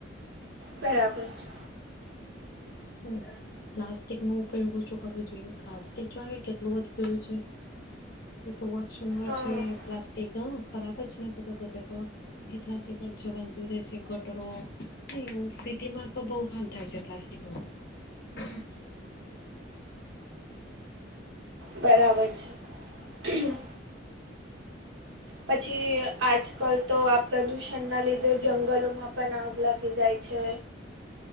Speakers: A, on the right; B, on the left.
A: બરાબર છે.
B: હ પ્લાસ્ટિક નો ઉપયોગ ઓછું કરવો જોઈએ પ્લાસ્ટિક જો કેટલું વધી ગયું છે. ત તો વર્ષાન વર્ષે
A: હા
B: પ્લાસ્ટિક અ ખરાબ જ નથી ત તો તો તે તો. એટલાથી જવનુ છે ગટરો ન એવ સિટીમાં તો બહુ હાર થાય છે પ્લાસ્ટિકમાં. હ <unintelligible>
A: બરાબર છે. પછી આજકાલ તો આ પ્રદુષણના લીધે જંગલોમાં પણ આગ લાગી જાય છે.